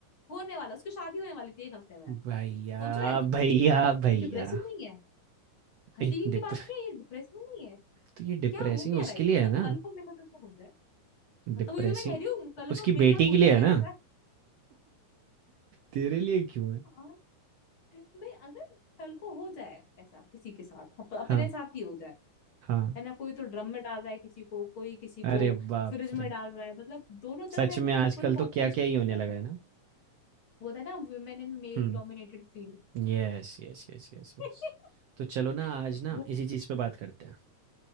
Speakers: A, on the left (about 45°); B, on the right (about 75°).
A: होने वाला उसकी शादी होने वाली थी एक हफ्ते में
B: भैया,
A: सोच रहा है तू ये
B: भैया, भैया।
A: डिप्रेसिंग नहीं है हंसी
B: ए डिप
A: की बात नहीं है ये डिप्रेसिंग नहीं है
B: तो ये डिप्रेसिंग
A: क्या हो क्या
B: उसके
A: रहा है ये?
B: लिए
A: मतलब
B: है ना
A: कल को मेरे साथ ऐसा हो जाए हाँ,
B: डिप्रेसिंग
A: तो वही तो मैं कह रही हूँ कल
B: उसकी
A: को मेरे
B: बेटी
A: साथ हो
B: के लिए
A: जाएगा
B: है ना
A: ऐसा
B: तेरे लिए क्यों है
A: हाँ, मैं अगर कल को हो जाए ऐसा किसी के साथ अप- अपने
B: हाँ
A: साथ ही हो जाए
B: हाँ
A: है ना कोई तो ड्रम में डाल रहा है किसी को कोई किसी
B: अरे
A: को
B: बाप
A: फ्रिज
B: रे
A: में डाल रहा है मतलब दोनों
B: सच
A: तरफ ऐसे
B: में आजकल
A: इक्वल
B: तो
A: कंपटीशन
B: क्या क्या ही होने
A: हो रहा
B: लगा
A: है ना
B: है ना
A: वो था ना women in male
B: हम्म
A: dominated field
B: yes yes yes yes yes
A: <laughs>
B: तो चलो ना आज
A: वो
B: ना इसी चीज़ पे बात करते हैं